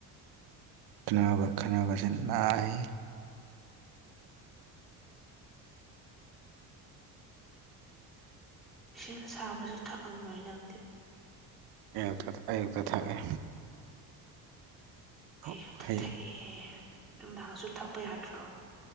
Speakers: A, on the right; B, in the centre.
A: ꯈꯅꯥꯎ ꯈꯅꯥꯎꯒꯁꯦ ꯅꯥꯏ
B: ꯏꯁꯤꯡ ꯑꯁꯥꯕꯁꯨ ꯊꯛꯂꯝꯃꯣꯏ ꯅꯪꯗꯤ ꯫
A: ꯑꯌꯨꯛꯇ ꯑꯌꯨꯛꯇ ꯊꯥꯛꯑꯦ ꯑꯣ
B: ꯑꯌꯨꯛꯇ
A: ꯐꯩꯌꯦ
B: ꯊꯛꯑꯦ ꯅꯨꯡꯗꯥꯡꯁꯨ ꯊꯛꯄ ꯌꯥꯗ꯭ꯔꯣ